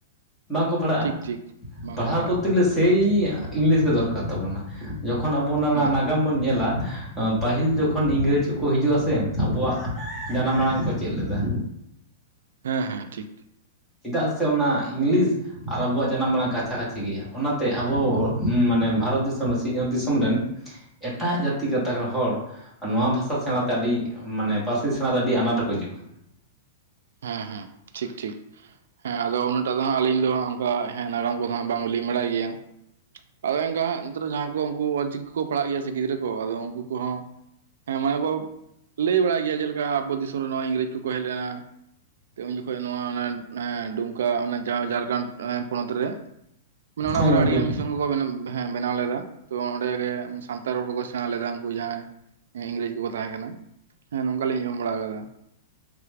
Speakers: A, in the centre; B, on the right (about 75°).
A: ᱵᱟᱝᱠᱚ ᱯᱟᱲᱦᱟᱜᱼᱟ
B: ᱴᱷᱤᱠ ᱴᱷᱤᱠ ᱵᱟᱝᱵᱚᱱ
A: ᱯᱟᱲᱦᱟᱣ
B: ᱯᱟᱲᱦᱟᱜᱼᱟ
A: ᱠᱚᱨᱛᱮ ᱜᱮᱞᱮ ᱥᱮᱭ ᱤᱝᱞᱤᱥ ᱜᱮ ᱫᱚᱨᱠᱟᱨ ᱛᱟᱵᱚᱱᱟ ᱡᱚᱠᱷᱚᱱ ᱟᱵᱚ ᱚᱱᱟ ᱨᱮᱱᱟᱜ
B: ᱦᱮᱸ
A: ᱱᱟᱜᱟᱢ ᱵᱚᱱ ᱧᱮᱞᱟ ᱯᱟᱹᱦᱤᱞ ᱡᱚᱠᱷᱚᱱ ᱤᱝᱨᱮᱡᱽ ᱠᱚᱠᱚ ᱦᱤᱡᱩᱜᱼᱟ ᱥᱮ ᱟᱵᱚᱣᱟᱜ ᱡᱟᱱᱟᱢ ᱟᱲᱟᱝ ᱠᱚ ᱪᱮᱫ ᱞᱮᱫᱟ᱾
B: ᱦᱮᱸ ᱦᱮᱸ ᱴᱷᱤᱠ᱾
A: ᱪᱮᱫᱟᱜ ᱥᱮ ᱚᱱᱟ ᱤᱝᱞᱤᱥ ᱟᱨ ᱟᱵᱚᱣᱟᱜ ᱡᱟᱱᱟᱢ ᱟᱲᱟᱝ ᱠᱟᱪᱷᱟ ᱠᱟᱪᱷᱤ ᱜᱮᱭᱟ, ᱚᱱᱟᱛᱮ ᱟᱵᱚ ᱢᱟᱱᱮ ᱵᱷᱟᱨᱚᱛ ᱫᱤᱥᱚᱢ ᱨᱮ ᱥᱤᱧᱚᱛ ᱫᱤᱥᱚᱢ ᱨᱮᱱ ᱮᱴᱟᱜ ᱡᱟᱹᱛᱤ ᱜᱟᱛᱟᱠ ᱨᱮᱱ ᱦᱚᱲ ᱟᱨ ᱱᱚᱣᱟ ᱵᱷᱟᱥᱟ ᱥᱮᱬᱟᱛᱮ ᱟᱹᱰᱤ ᱢᱟᱱᱮ ᱯᱟᱹᱨᱥᱤ ᱥᱮᱬᱟ ᱫᱚ ᱟᱹᱰᱤ ᱟᱱᱟᱴ ᱨᱮᱠᱚ ᱦᱤᱡᱩᱜ ᱠᱟᱱᱟ᱾
B: ᱦᱮᱸ ᱦᱮᱸ ᱴᱷᱤᱠ ᱴᱷᱤᱠ ᱦᱮᱸ ᱟᱫᱚ ᱩᱱᱟᱹᱜᱴᱟ ᱫᱚ ᱦᱟᱸᱜ ᱟᱞᱤᱧ ᱫᱚ ᱚᱱᱠᱟ ᱦᱮᱸ ᱱᱟᱜᱟᱢ ᱠᱚ ᱦᱟᱸᱜ ᱵᱟᱝ ᱞᱟᱹᱧ ᱵᱟᱲᱟᱭ ᱜᱮᱭᱟ᱾ ᱟᱫᱚ ᱮᱱᱠᱟ ᱦᱮᱸᱜ ᱮᱱᱛᱮ ᱨᱮᱦᱚᱸ ᱡᱟᱦᱟᱸᱭ ᱠᱚ ᱩᱱᱠᱩ ᱚᱞᱪᱤᱠᱤ ᱠᱚᱠᱚ ᱯᱟᱲᱦᱟᱜ ᱜᱮᱭᱟ ᱥᱮ ᱜᱤᱫᱽᱨᱟᱹ ᱠᱚ ᱟᱫᱚ ᱩᱱᱠᱩ ᱠᱚᱦᱚᱸ ᱦᱮᱸ ᱢᱟᱱᱮ ᱠᱚ ᱞᱟᱹᱭ ᱵᱟᱲᱟᱭ ᱜᱮᱭᱟ ᱡᱮᱞᱮᱠᱟ ᱟᱵᱚ ᱫᱤᱥᱚᱢ ᱨᱮ ᱱᱚᱜᱼᱚᱭ ᱤᱝᱨᱮᱡᱽ ᱠᱚᱠᱚ ᱦᱮᱡ ᱞᱮᱱᱟ᱾ ᱛᱚ ᱩᱱ ᱡᱚᱠᱷᱚᱡ ᱱᱚᱣᱟ ᱚᱱᱟ ᱰᱩᱢᱠᱟ ᱚᱱᱟ ᱡᱟᱦᱟᱸ ᱡᱷᱟᱲᱠᱷᱚᱸᱰ ᱯᱚᱱᱚᱛ ᱨᱮ ᱢᱟᱱᱮ ᱚᱱᱟ
A: ᱦᱮᱸ
B: ᱠᱚᱨᱮ
A: ᱜᱚᱢᱠᱮ
B: ᱟᱹᱰᱤᱜᱟᱱ ᱢᱤᱥᱚᱱ ᱠᱚ ᱠᱚ ᱦᱮᱸ ᱵᱮᱱᱟᱣ ᱞᱮᱫᱟ ᱛᱚ ᱚᱸᱰᱮ ᱜᱮ ᱥᱟᱱᱛᱟᱲ ᱨᱚᱲ ᱠᱚ ᱠᱚ ᱥᱮᱬᱟ ᱞᱮᱫᱟ ᱩᱱᱠᱩ ᱡᱟᱦᱟᱸᱭ ᱦᱮᱸ ᱤᱝᱨᱮᱡ ᱠᱚᱠᱚ ᱛᱟᱦᱮᱸ ᱠᱟᱱᱟ ᱦᱮᱸ ᱱᱚᱝᱠᱟᱞᱤᱧ ᱟᱡᱚᱢ ᱵᱟᱲᱟ ᱟᱠᱟᱫᱟ᱾